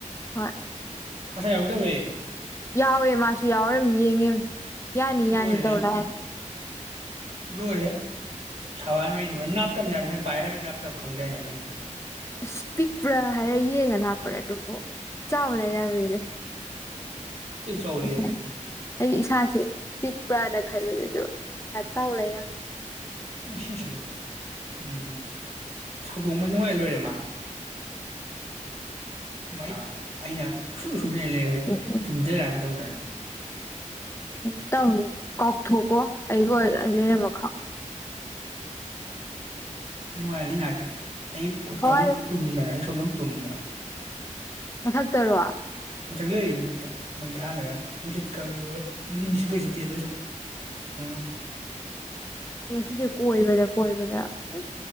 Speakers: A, on the left; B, on the right.
A: ꯍꯣꯏ
B: <unintelligible>
A: ꯌꯥꯎꯋꯦ ꯃꯥꯁꯨ ꯌꯥꯎꯔ ꯌꯦꯡꯒꯤꯝꯅꯦ ꯌꯥꯅꯤ ꯌꯥꯅꯤ
B: ꯂꯣꯏꯔꯦꯍꯦ
A: ꯇꯧꯔ ꯂꯥꯛꯑꯦ
B: <unintelligible>
A: ꯏꯁ ꯄꯤꯛꯄ꯭ꯔꯥ ꯍꯥꯏꯔ ꯌꯦꯡꯉ ꯂꯥꯛꯄꯅꯦ ꯑꯗꯨꯕꯨ ꯆꯥꯎꯔ ꯂꯩꯔꯝꯃꯦꯅꯦ
B: ꯊꯤ ꯆꯥꯎ ꯂꯩꯔꯝꯃꯤ
A: <unintelligible> ꯑꯩ ꯏꯁꯥꯁꯦ ꯄꯤꯛꯄ꯭ꯔꯥꯅ ꯈꯟꯕꯅꯦ ꯗꯨꯕꯨ ꯏꯁꯥ ꯆꯥꯎ ꯂꯩꯔꯝ
B: <unintelligible> <unintelligible> <unintelligible>
A: ꯎꯝ ꯎꯝ ꯎꯝ ꯇꯧꯅꯤ ꯀꯥꯎꯊꯣꯛꯀꯣ ꯑꯩꯒ ꯑꯣꯏ ꯑꯩ ꯂꯩꯔꯝꯃ <inaudible>
B: <unintelligible>
A: ꯍꯣꯏ
B: <unintelligible> ꯇꯨꯝꯅ
A: ꯃꯊꯛꯇꯔꯣ
B: ꯃꯊꯛ ꯂꯩꯌꯦ ꯃꯊꯛꯇ ꯃꯩ ꯊꯥꯜꯂꯒ ꯅꯨꯡꯁꯤꯠ ꯀꯀ <unintelligible>
A: ꯉꯁꯤꯖꯦ ꯀꯣꯏꯕꯗ ꯀꯣꯏꯕꯗ ꯍꯩ